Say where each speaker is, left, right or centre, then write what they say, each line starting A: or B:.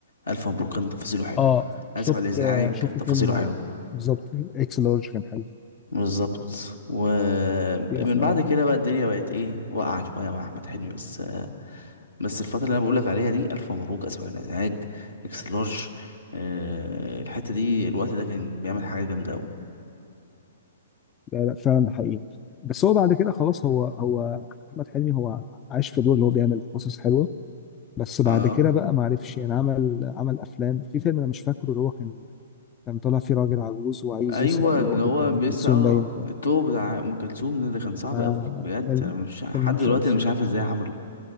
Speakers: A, on the left; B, on the left.
A: الف مبروك كان تفاصيله حلو
B: اه
A: اسف
B: شفت
A: على الازعاج
B: آه، شفت
A: كان تفاصيله
B: فيلم آه،
A: حلو
B: بالظبط اكس لارج كان حلو
A: بالظبط ومن
B: في افلام
A: بعد كده بقى الدنيا بقت ايه واقعة شوية مع احمد حلمي بس بس الفترة اللي انا بقولك عليها دي الف مبروك اسف على الازعاج اكس لارج آه، الحتة دي الوقت ده كان بيعمل حاجة جامدة أوي
B: لا لا فعلا ده حقيقي بس هو بعد كده خلاص هو هو احمد حلمي هو عايش في دور اللي هو بيعمل قصص حلوه بس بعد
A: اه
B: كده بقى ما عرفش يعني عمل عمل افلام في فيلم انا مش فاكره اللي هو كان كان طالع فيه راجل عجوز وعايز
A: ايوه
B: يسرق العقد
A: اللي هو
B: بتاع ام
A: بيسأل
B: كلثوم
A: اه
B: باين
A: الطوب بتاع ام كلثوم ده, ده كان صعب
B: فما
A: قوي بجد
B: فيلم
A: أنا مش لحد
B: فيلم وحش
A: دلوقتي
B: قوي الصراحه
A: انا مش عارف ازاي عمله